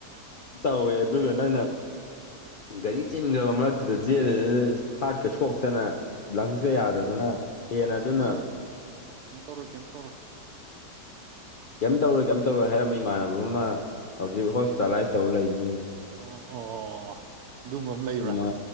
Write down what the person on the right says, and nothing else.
ꯑꯦ
ꯀꯩꯝ
ꯇꯧꯔꯣꯏ ꯀꯩꯝ ꯇꯧꯔꯣ ꯀꯩꯝ ꯇꯧꯔꯣ꯫
ꯑꯣ ꯑꯣ꯫ ꯑꯗꯨꯝꯕ ꯑꯃ ꯂꯩꯕ꯭ꯔꯥ